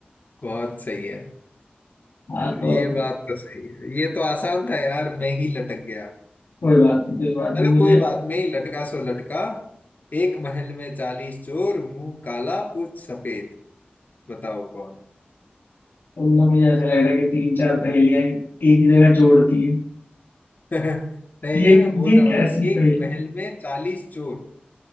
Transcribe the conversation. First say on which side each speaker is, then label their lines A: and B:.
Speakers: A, on the left; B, on the left.
A: बहुत सही है
B: हाँ तो
A: ये
B: अब
A: बात तो सही है ये तो आसान था यार मैं ही लटक गया
B: कोई बात नहीं कोई बात
A: चलो
B: नहीं मुझे
A: कोई बात नहीं लटका सो लटका एक महल में चालीस चोर मुंह काला पूछ सफेद बताओ कौन
B: तुमने मुझे ऐसा लग रहा है कि तीन चार पहेलियां एक ही जगह जोड़ती है
A: <laughs> नहीं
B: ये
A: नहीं मैं बोल
B: ये
A: रहा
B: कैसी
A: हूँ ना एक
B: पहेली
A: महल में चालीस चोर